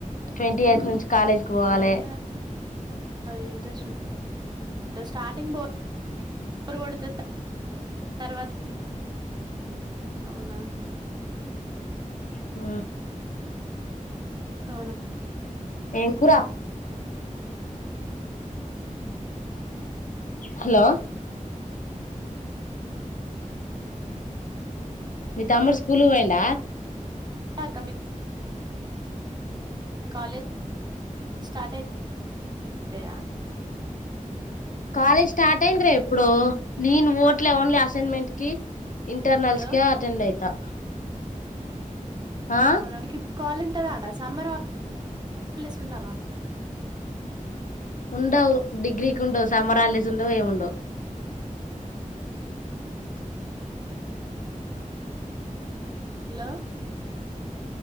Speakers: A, on the left; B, on the right.
A: ట్వంటీ ఎయిట్ నుంచి కాలేజీకి పోవాలి
B: అదే అది ఇంట్రెస్ట్ ఉ స్టార్టింగ్ బ బ కొ తర్వాతకి అవునా
A: ఆ
B: అవును
A: ఏంకురా హలో మీ తమ్ముడు స్కూల్ పోయిండ
B: క కమి మీ కాలేజ్ స్టార్ట్ అయింద అంతయా
A: కాలేజ్ స్టార్ట్ అయిందిరా ఎప్పుడు నేను ఓట్లే ఓన్లీ అసైన్మెంట్ కి ఇంటర్నల్స్
B: హలో!
A: క అటెండ్ అయితా ఆ
B: అవుకి ఇప్పు కాలుంటారాగా సమ్మర్ తెలిసి ఉండవా
A: ఉండవు డిగ్రీకి ఉండవు సమ్మర్ హాలీడేస్ ఉండవు ఏము ఉండవు
B: లో